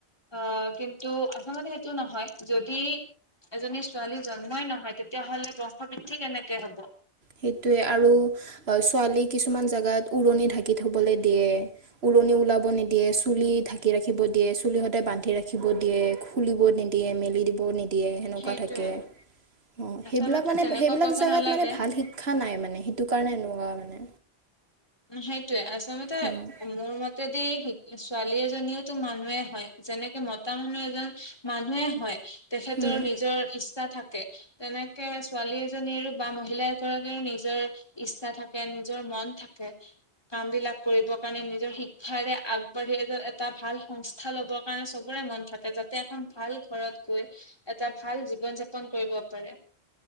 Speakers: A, on the left (about 25°); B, on the right (about 80°).
A: অ, কিন্তু আচলতে সেইটো নহয়। যদি এজনী ছোৱালী জন্মই নহয় তেতিয়াহলে বংশ বৃদ্ধি কেনেকে হব।
B: সেইটোয়ে আৰু ছোৱালী কিছুমান জোগাত উৰণি থাকে। কি থবলৈ দিয়ে উৰণি ওলাব নিদিয়ে চুলি ঢাকি ৰাখিব দিয়ে চুলি সদায় বান্ধি ৰাখিব। দিয়ে খুলিব নিদিয়ে মেলি দিব নিদিয়ে। দিয়ে সেনেকুৱা
A: সেইটোয়ে
B: থাকে অ
A: আচলতে
B: সেইবিলাক মানে
A: তেনেকুৱা
B: সেইবিলাক
A: কৰিব
B: জোগাত
A: নালাগে
B: মানে ভাল শ মানে সেইটো কাৰণে এনেকুৱা মানে
A: উম, সেইটোৱে আচলতে
B: উম
A: মোৰ মতে দি ছোৱালী এজনীওতো মানুহে হয় যেনেকে মতা মানুহ এজন মানুহে হয়। তেখেতৰ
B: উম
A: নিজৰ ইচ্ছা থাকে তেনেকে ছোৱালী এজনীৰো বা মহিলা এগৰাকীৰো নিজৰ ইচ্ছা থাকে নিজৰ মন থাকে। কাম বিলাক কৰিব কাৰণে নিজৰ শিক্ষাৰে আগবাঢ়ি এটা ভাল সংস্থা লব। কাৰণে চবৰে মন থাকে যাতে এখন ভাল ঘৰত গৈ এটা ভাল জীৱন যাপন কৰিব পাৰে।